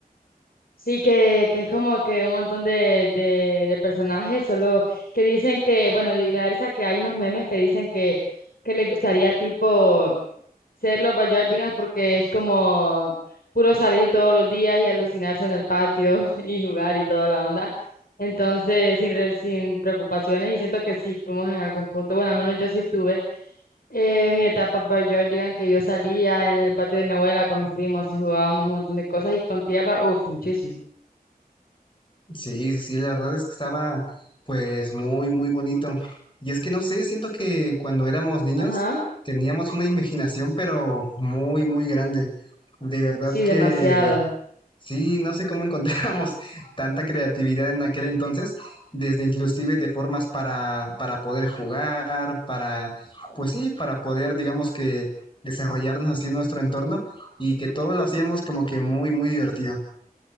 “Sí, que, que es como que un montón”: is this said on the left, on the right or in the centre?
Left